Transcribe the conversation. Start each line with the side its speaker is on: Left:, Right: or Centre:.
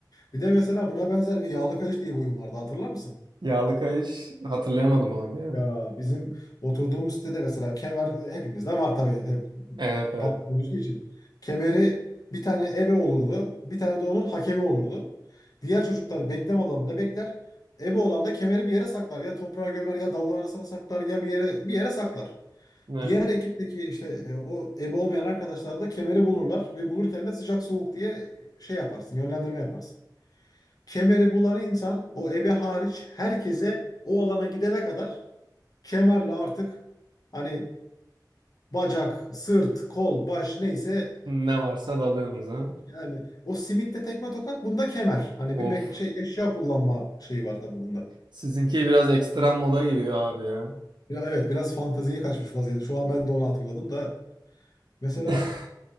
Left: Bir de mesela buna benzer bir yağlı kayış diye bir oyun vardı hatırlar mısın?
Right: Yağlı kayış hatırlayamadım abi ya.
Left: Ya bizim oturduğumuz sitede mesela kemer hepimizde var tabii hep
Right: Evet evet.
Left: patron olduğu için. Kemeri bir tane ebe olurdu. Bir tane de onun hakemi olurdu. Diğer çocuklar bekleme alanında bekler. Ebe olan da kemeri bir yere saklar. Ya toprağa gömer ya dalın arasına saklar ya bir yere bir yere saklar.
Right: Ne,
Left: Diğer ekipteki işte e, o ebe olmayan arkadaşlar da kemeri bulurlar ve bulurken de sıcak soğuk diye şey yaparsın, yönlendirme yaparsın. Kemeri bulan insan o ebe hariç herkese o alana gidene kadar kemerle artık hani bacak, sırt, kol, baş neyse
Right: ne varsa dalıyorsunuz ha.
Left: yani o simitte tekme tokat bunda kemer. Hani
Right: Of.
Left: bir mek şey eşya kullanma şeyi var tabii bunda.
Right: Sizinki biraz ekstrem moda giriyor abi ya.
Left: Ya evet biraz fanteziye kaçmış vaziyette. Şu an ben de onu hatırladım da mesela
Right: <laughs>